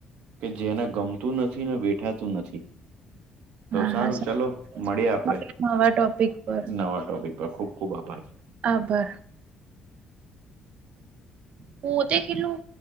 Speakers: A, on the right (about 85°); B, on the right (about 65°).
A: કે જેને ગમતું નથી ને વેઠાતું નથી તો
B: હા
A: સારું
B: હા સાચી
A: ચલો મળીએ આપડે
B: વાત છે મળીએ નવા ટોપિક પર
A: નવા ટોપિક પર ખુબ ખુબ આભાર
B: આબર પોતે કેટલું